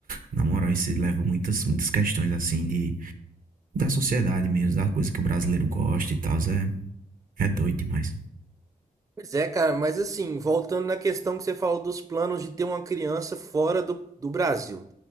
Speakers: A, on the right; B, on the right.
A: na moral, isso leva muitas, muitas questões, assim, de, da sociedade mesmo, da coisa que o brasileiro gosta e tal, é, é doido demais.
B: Pois é, cara, mas assim, voltando na questão que você falou dos planos de ter uma criança fora do, do Brasil.